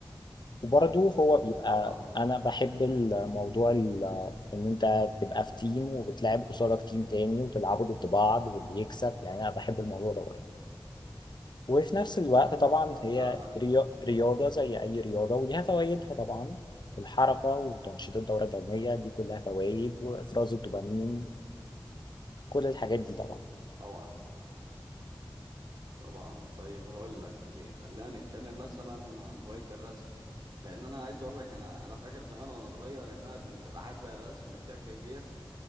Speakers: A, on the left; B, on the right.
A: وبرضه هو بيبقى
B: طبعا
A: انا بحب الموضوع ال- ان انت تبقى في تيم وبتلعب قصادك تيم تاني وتلعبوا ضد بعض واللي يكسب يعني انا بحب الموضوع ده برضه وفي نفس الوقت طبعا هي
B: فعلا
A: ريا- رياضه زي اي رياضه وليها فوائدها طبعا الحركه وتنشيط الدوره الدمويه دي كلها فوائد وافراز الدوبامين كل الحاجات دي طبعا
B: طبعا طبعا طيب هقول لك خلينا نتكلم مثلا عن هواية الرسم لان انا عايز اقول لك انا انا فاكر زمان وانا صغير ان انا كنت بحب الرسم بشكل كبير